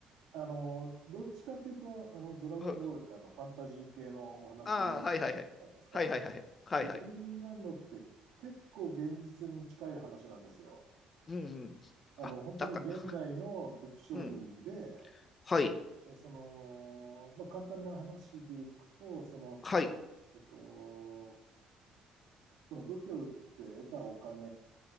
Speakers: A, on the right; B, on the left.
A: あの、どっちかっていうと、あの、ドラゴンボールってあの、
B: うん、
A: ファンタジー系のお話じ
B: ああ、はいはいはい。
A: ゃないですか。
B: はいはいはい。はいはい。
A: ヨルムンガンドって結構現実に近い話なんですよ。
B: うんうん。
A: あの、
B: あ、
A: 本当に現代の武器商人で、
B: だから、うん。はい。
A: でその、まあ、簡単な話でいくと、その、
B: はい。
A: えっと、その武器を売って得たお金